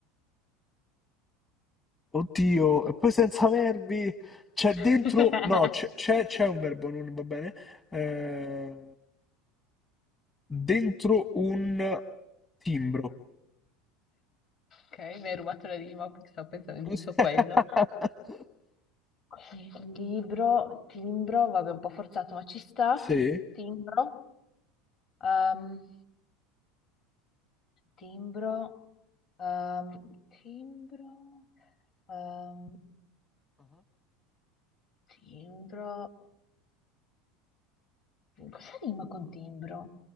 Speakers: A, on the left; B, on the left.
A: oddio, e poi senza verbi, c'è dentro,
B: <laughs>
A: no, c'è c'è- c'è un verbo, non va bene, Eh, dentro un timbro.
B: Ok, mi hai rubato la rima perché stavo pensando
A: <laughs>
B: giusto a quello. Quindi libro, timbro, vabbè, un po' forzato, ma ci sta.
A: Sì.
B: Timbro, ehm, timbro, ehm, timbro, ehm, timbro. Cosa rima con timbro?